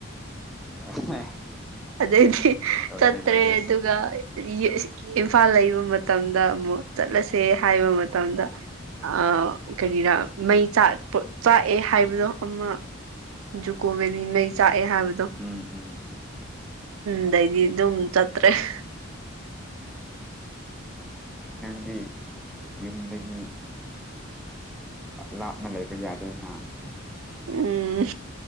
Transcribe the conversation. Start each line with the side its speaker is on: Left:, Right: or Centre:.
Centre: <inaudible>
Right: ꯑꯗꯩꯗꯤ
Centre: ꯂꯣꯏꯔꯦ
Right: ꯆꯠꯇ꯭ꯔꯦ
Centre: ꯂꯣꯏꯔꯦ
Right: ꯑꯗꯨꯒ ꯫ ꯏꯝꯐꯥꯜ ꯂꯩꯕ ꯃꯇꯝꯗ ꯑꯃꯨꯛ ꯆꯠꯂꯁꯦ ꯍꯥꯏꯕ ꯃꯇꯝꯗ ꯫ ꯑꯥ ꯀꯔꯤꯔ ꯃꯩ ꯆꯥꯛ ꯆꯥꯛꯑꯦ ꯍꯥꯏꯕꯗꯣ ꯑꯃ ꯫ ꯖꯨꯀꯣ ꯕꯦꯅꯤ ꯃꯩ ꯆꯥꯛꯑꯦ ꯍꯥꯏꯕꯗꯣ
Centre: ꯎꯝ ꯎꯝ ꯎꯝ
Right: ꯑꯗꯩꯗꯤ ꯑꯗꯨꯝ ꯆꯠꯇ꯭ꯔꯦ ꯫
Centre: ꯅꯪꯗꯤ ꯌꯨꯝ ꯑꯗꯒꯤ ꯂꯥꯞꯅ ꯂꯩꯕ ꯌꯥꯗꯦꯅ ꯫
Right: ꯎꯝ